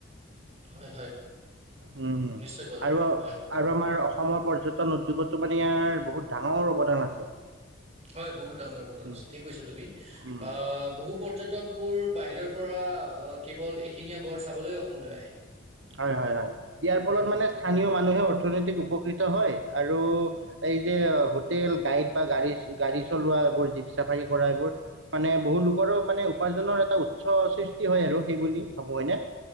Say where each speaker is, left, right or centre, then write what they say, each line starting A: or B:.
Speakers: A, on the right; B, on the right.
A: হয় হয়
B: উম হম
A: নিশ্চয় কৰে
B: আৰু
A: হয়
B: আৰু আমাৰ অসমৰ পৰ্যটন উদ্যোগতো মানে ইয়াৰ বহুত ডাঙৰ অৱদান আছে।
A: হয় বহুত ডাঙৰ অৱদান
B: উম,
A: আছে। ঠিক কৈছা তুমি,
B: উম।
A: আহ বহু পৰ্যটক বোৰ বাহিৰৰ পৰা কেৱল এশিঙীয়া গড় চাবলৈ অসমলৈ আহে
B: হয় হয় হয় ইয়াৰ ফলত
A: উম
B: মানে স্থানীয় মানুহে অৰ্থনৈতিক উপকৃত হয় আৰু এই যে হোটেল গাইড বা গাড়ী গাড়ী চলোৱা এইবোৰ জীপ চাফাৰী কৰা এইবোৰ মানে বহু লোকৰো মানে উপাৰ্জনৰ এটা উৎস সৃষ্টি হয় আৰু সেই বুলি ভাবো এনে